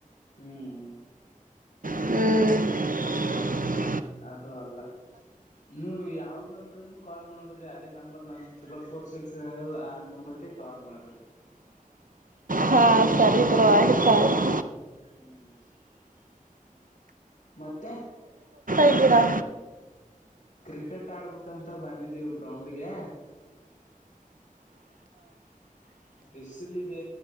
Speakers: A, on the left; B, on the right.
A: ಹ್ಮ್
B: ಹ್ಮ
A: ಅದು ಅಲ್ಲ ನೀವು ಯಾವ್ದ್ ನಂಬರ್ ಕಾಲ್ ಮಾಡ್ಬಿಡ್ರಿ ಅದೇ ನಂಬರ್ ನಮ ತ್ರಿಬಲ್ ಫೋರ್ ಸಿಕ್ಸ್ ಆ ನಂಬರ್ ಕ ಕಾಲ್ ಮಾಡ್ರಿ
B: ಹಾ ಸರಿಬ್ರೋ ಆಯ್ತು ಆಯ್ತು
A: ಹ್ಮ್ ಮತ್ತೆ
B: ಇದ್ದೀರಾ
A: ಕ್ರಿಕೆಟ್ ಆಡ್ಬೇಕಂತ ಬಂದಿದ್ದೀವು ಗ್ರೌಂಡ್ಗೆ ಬಿಸಿಲದೆ